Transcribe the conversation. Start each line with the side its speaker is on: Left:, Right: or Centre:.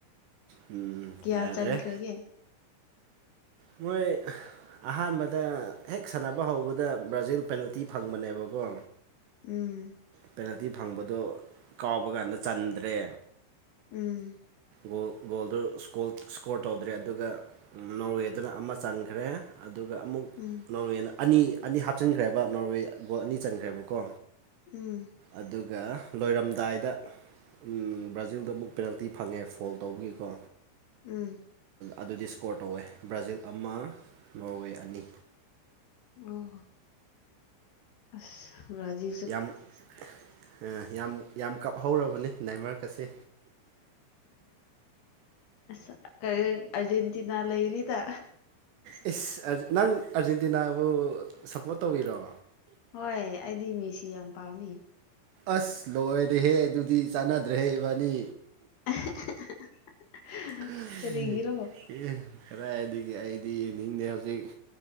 Right: ꯎꯝ
Left: ꯀꯌꯥ
Right: ꯌꯥꯗ꯭ꯔꯦ
Left: ꯆꯟꯈ꯭ꯔꯒꯦ
Right: ꯃꯣꯏ ꯑꯍꯥꯟꯕꯗ ꯍꯦꯛ ꯁꯥꯟꯅꯕ ꯍꯧꯕꯗ ꯕ꯭ꯔꯥꯖꯤꯜ ꯄꯦꯅꯥꯜꯇꯤ ꯐꯪꯕꯅꯦꯕꯀꯣ
Left: ꯎꯝ
Right: ꯄꯦꯅꯥꯜꯇꯤ ꯐꯪꯕꯗꯣ ꯀꯥꯎꯕ ꯀꯥꯟꯗ ꯆꯟꯗ꯭ꯔꯦ
Left: ꯎꯝ
Right: ꯒꯣꯜ ꯒꯣꯜꯗꯨ ꯁ꯭ꯀꯣꯜ ꯁ꯭ꯀꯣꯔ ꯇꯧꯗ꯭ꯔꯦ ꯑꯗꯨꯒ ꯑꯝ ꯅꯣꯔꯋꯦꯗꯨꯅ ꯑꯃ ꯆꯟꯈ꯭ꯔꯦ ꯑꯗꯨꯒ ꯑꯃꯨꯛ
Left: ꯎꯝ
Right: ꯅꯣꯔꯋꯦꯅ ꯑꯅꯤ ꯑꯅꯤ ꯍꯥꯞꯆꯤꯟꯈ꯭ꯔꯦꯕ ꯅꯣꯔꯋꯦ ꯒꯣꯜ ꯑꯅꯤ ꯆꯟꯈ꯭ꯔꯦꯕꯀꯣ
Left: ꯎꯝ
Right: ꯑꯗꯨꯒ ꯂꯣꯏꯔꯝꯗꯥꯏꯗ ꯎꯝ ꯕ꯭ꯔꯥꯖꯤꯜꯗꯣ ꯑꯃꯨꯛ ꯄꯦꯅꯥꯜꯇꯤ ꯐꯪꯉꯦ ꯐꯣꯜ ꯇꯧꯕꯒꯤꯀꯣ
Left: ꯎꯝ
Right: ꯑꯗꯨꯗꯤ ꯁ꯭ꯀꯣꯔ ꯇꯧꯋꯦ ꯕ꯭ꯔꯥꯖꯤꯜ ꯑꯃ ꯅꯣꯔꯋꯦ ꯑꯅꯤ
Left: ꯑꯣ ꯑꯣ ꯑꯁ ꯕ꯭ꯔꯖꯤꯜ
Right: ꯌꯥꯝ ꯑ ꯌꯥꯝ ꯌꯥꯝ ꯀꯥꯞꯍꯧꯔꯕꯅꯤ ꯅꯥꯏꯃꯔꯀꯁꯦ
Left: ꯑꯁ ꯀꯩ ꯑꯔꯖꯦꯟꯇꯤꯅꯥ ꯂꯩꯔꯤꯗ
Right: ꯏꯁ ꯅꯪ ꯑꯥꯔꯖꯦꯟꯇꯤꯅꯥꯕꯨ ꯁꯄꯣꯔꯠ ꯇꯧꯔꯤꯔꯣ
Left: ꯍꯩ ꯑꯩꯗꯤ ꯃꯤꯁꯤ ꯌꯥꯝ ꯄꯥꯝꯃꯤ
Right: ꯑꯁ ꯂꯣꯏꯔꯦꯍꯦ ꯑꯗꯨꯗꯤ ꯆꯥꯟꯅꯗ꯭ꯔꯦꯍꯦ ꯏꯕꯥꯅꯤ
Left: <unintelligible>
Right: <unintelligible>
Left: ꯀꯔꯤꯒꯤꯔꯣ
Right: ꯀꯔꯥꯏꯗꯤ ꯑꯩꯗꯤ ꯌꯦꯡꯅꯤꯡꯗꯦ ꯍꯧꯖꯤꯛ